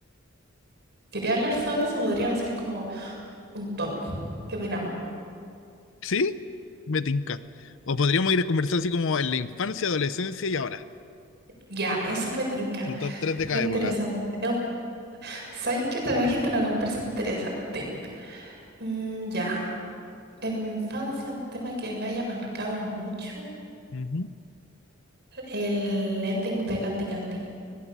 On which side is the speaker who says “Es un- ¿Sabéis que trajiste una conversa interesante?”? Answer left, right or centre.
Right